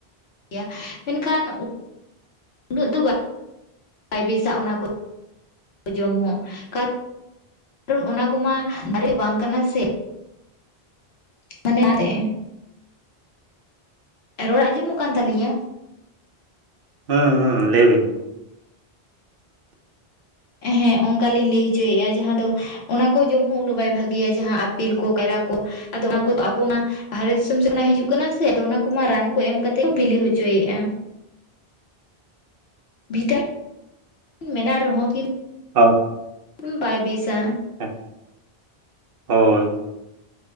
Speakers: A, on the left; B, on the right.
A: ᱜᱮᱭᱟᱹ ᱢᱮᱱᱠᱷᱟᱱ ᱩᱱᱟᱹᱜ ᱫᱚ ᱵᱟ ᱵᱟᱭ ᱵᱮᱥᱟᱜ-ᱟ ᱚᱱᱟ ᱠᱚ ᱡᱚᱢ ᱦᱚᱸ ᱠᱟ ᱠᱟᱨᱚᱱ ᱚᱱᱟ ᱠᱚᱢᱟ ᱫᱟᱨᱮ ᱵᱟᱝ ᱠᱟᱱᱟ ᱥᱮ ᱢᱟᱱᱮ <unintelligible> ᱨᱚᱲ ᱟᱸᱡᱚᱢᱚᱜ ᱠᱟᱱ ᱛᱟᱞᱤᱧᱟ?
B: ᱦᱟᱸ ᱦᱟᱸ ᱞᱟᱹᱭ ᱵᱤᱱ?
A: ᱦᱮᱸ ᱚᱱᱠᱟ ᱞᱤᱧ ᱞᱟᱹᱭ ᱦᱚᱪᱚᱭᱮᱫᱼᱟ ᱡᱟᱦᱟᱸ ᱫᱚ ᱚᱱᱟ ᱠᱚ ᱡᱚᱢ ᱦᱚᱸ ᱩᱱᱟᱹᱜ ᱵᱟᱭ ᱵᱷᱟᱹᱜᱤᱭᱟ ᱡᱟᱦᱟᱸ ᱟᱯᱮᱞ ᱠᱚ ᱠᱟᱭᱨᱟ ᱠᱚ ᱟᱫᱚ ᱚᱱᱟ ᱠᱚᱫᱚ ᱟᱵᱚ ᱢᱟ ᱵᱟᱦᱨᱮ ᱫᱤᱥᱚᱢ ᱥᱮᱛ ᱠᱷᱚᱱᱟ ᱦᱤᱡᱩᱜ ᱠᱟᱱᱟ ᱥᱮ ᱟᱫᱚ ᱚᱱᱟ ᱠᱚᱢᱟ ᱨᱟᱱ ᱠᱚ ᱮᱢ ᱠᱟᱛᱮᱜ ᱠᱚ ᱵᱤᱞᱤ ᱦᱚᱪᱚᱭᱮᱫᱼᱟ᱾
B: <inaudible>
A: ᱵᱷᱤᱴᱟᱢᱤᱱ ᱢᱮᱱᱟᱜ ᱨᱮᱦᱚᱸ ᱠᱤᱱᱛᱩ
B: ᱚᱻ
A: ᱦᱩᱸ ᱵᱟᱭ ᱵᱤᱥᱟ᱾
B: ᱦᱮᱸ ᱦᱳᱭ᱾